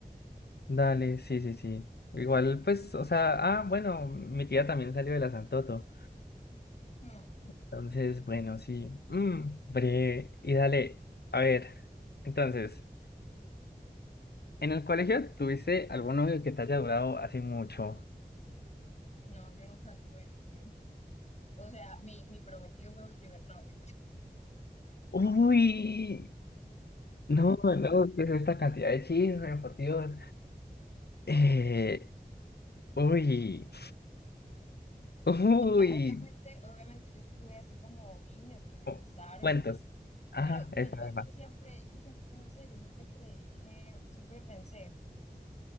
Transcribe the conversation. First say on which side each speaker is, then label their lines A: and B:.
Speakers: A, on the left (about 80°); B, on the left (about 45°).
A: Dale, sí, sí, sí. Igual, pues, o sea, ah, bueno, mi tía también salió de la Santoto.
B: Mm.
A: Entonces, bueno, sí. Mm, breve. Y dale, a ver. Entonces, ¿en el colegio tuviste algún novio que te haya durado así mucho?
B: No, yo nunca tuve novio. O sea, mi, mi prometido fue mi primer novio.
A: Uy, no, no, ¿qué es esta cantidad de chisme, por Dios? Eh, uy, <laughs>
B: O sea,
A: uy.
B: obviamente, obviamente yo sí tuve así como niñas que me
A: cu-
B: gustaron
A: Cuentos.
B: y todo.
A: Ajá,
B: Pero, pero
A: epa,
B: yo,
A: epa.
B: yo siempre, yo siempre, no sé, yo siempre creí que, siempre pensé